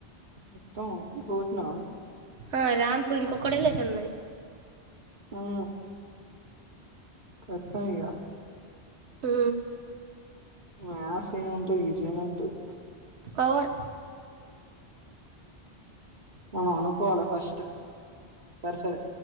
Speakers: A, on the right; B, on the right.
A: మొత్తం ఐపో విట్నా
B: ఆ రాంపూ ఇంకొకటిలేషన్ ఉన్నది
A: ఊ కత్తం ఇగ
B: ఊ
A: మస్ ఏం ఉంటది ఈజీగానే ఉంటది
B: ఓవర్
A: మనం అనకోవాల ఫస్టు సరి సరే